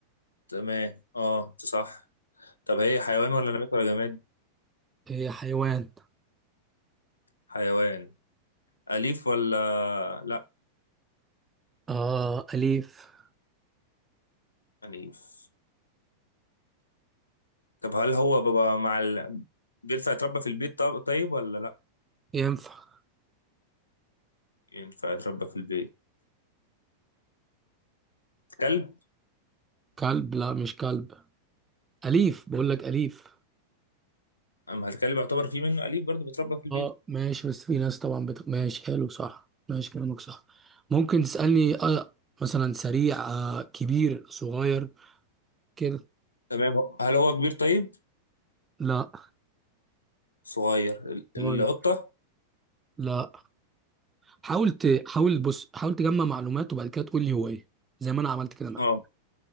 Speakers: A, on the left; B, on the right.
A: تمام اه انت صح طب هي حيوان ولا نبات ولا جماد
B: هي حيوان
A: حيوان اليف ولا لا
B: آه أليف
A: اليف طب هل هو بابا مع ال... بينفع يتربى في البيت طب- طيب ولا لا
B: ينفع
A: ينفع يتربى في البيت كلب
B: كلب لا مش كلب أليف بقول لك أليف
A: اما الكلب يعتبر فيه منه اليف برضه بيتربى في البيت
B: اه ماشي بس في ناس طبعا بت... ماشي حلو صح ماشي كلامك صح ممكن تسألني آه مثلا سريع آه كبير صغير كده
A: تمام هو- هل هو كبير طيب
B: لا
A: صغير ال-
B: صغير
A: القطه
B: لا حاول ت... حاول بص حاول تجمع معلومات وبعد كده تقول لي هو ايه زي ما انا عملت كده معاك
A: اه